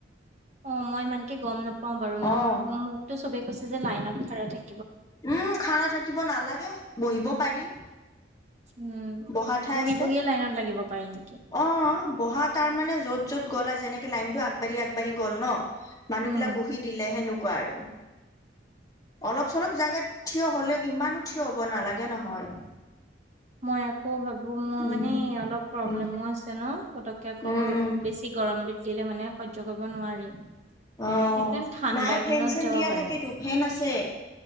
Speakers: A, on the right; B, on the left.
A: অ', মই ইানকে গম নাপাও বাৰু মই
B: অ',
A: মোকতো চবে কৈছে যে লাইনত খাৰা থাকে
B: উম', খাৰা থাকিব নালাগে, বহিব পাৰি।
A: উম',
B: বহা ঠাই
A: বহী-বহীয়ে
B: আছে
A: লাইনত লাগিব পাৰে নেকি?
B: অ', বহা তাৰ মানে য'ত-য'ত গ'লা যেনেক লনত আগবাঢ়ি-আগবাঢ়ি গল ন? মানুহ
A: উম।
B: বিলাক বহি দিলে হেনো কোৱা আৰু, অলপ চলপ জাগাত থিয় হলেও ইমানো থিয় হ'ব নালাগে নহয়।
A: মই আকৌ ভাবো মোৰ
B: উম
A: মানে অলপ প্ৰব্লেমো
B: উম
A: আছে ন, পতক আকৌ
B: উম
A: বেছি গৰম বিল দিলে মানে হৈৰ্য কৰিব নোৱাৰি।
B: অ',
A: সেইকাৰণে ঠাণ্ডা
B: নাই ফেন
A: দিনত
B: চেন
A: যাব
B: দিয়া
A: পাৰে।
B: থাকেতো, ফেন আছে।